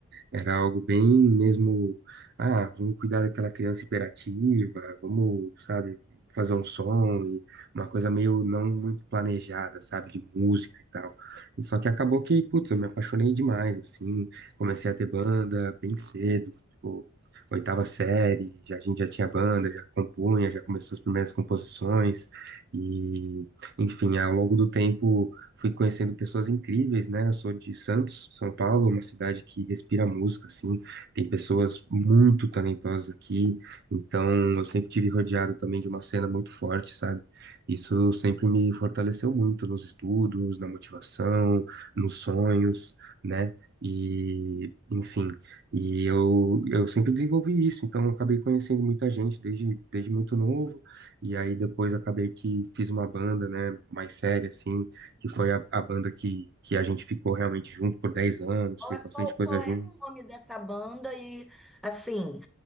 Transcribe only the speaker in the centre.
Qual
é,
qual-
qual
é o nome dessa banda? E, assim,